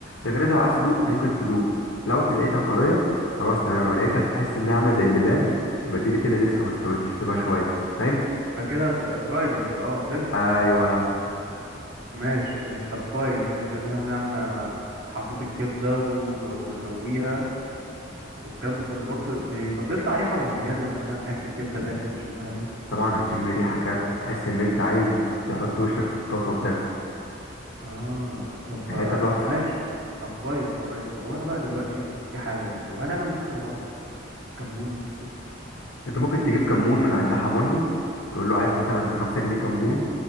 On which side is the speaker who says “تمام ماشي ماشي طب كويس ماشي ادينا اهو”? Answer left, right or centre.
Right